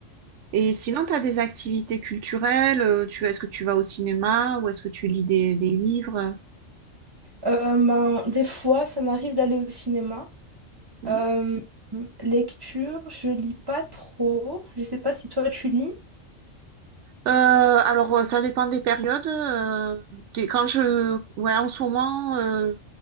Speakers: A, on the right; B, on the right.
A: Et sinon, tu as des activités culturelles, euh, tu, est-ce que tu vas au cinéma ou est-ce que tu lis des, des livres?
B: Euh, ben, des fois, ça m'arrive d'aller au cinéma.
A: Mm.
B: Euh, lecture, je lis pas trop. Je sais pas si toi, tu lis.
A: Euh, alors, euh, ça dépend des périodes. euh, des- quand je, ouais, en ce moment, euh,